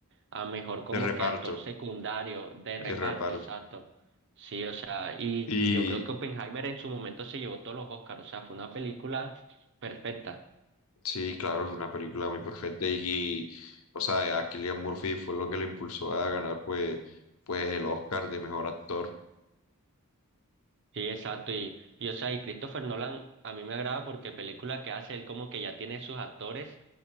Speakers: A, on the right; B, on the left.
A: a mejor como
B: de reparto,
A: que actor secundario de
B: de
A: reparto,
B: reparto.
A: exacto. Sí, o sea, y,
B: y
A: y yo creo que Oppenheimer en su momento se llevó todos los Oscars, o sea, fue una película perfecta.
B: Sí, claro, fue una película muy perfecta y, y, o sea, a Cillian Murphy fue lo que le impulsó a ganar pues, pues el Oscar de mejor actor.
A: Sí, exacto, y, y o sea, y Christopher Nolan a mí me agrada porque película que hace, él como que ya tiene sus actores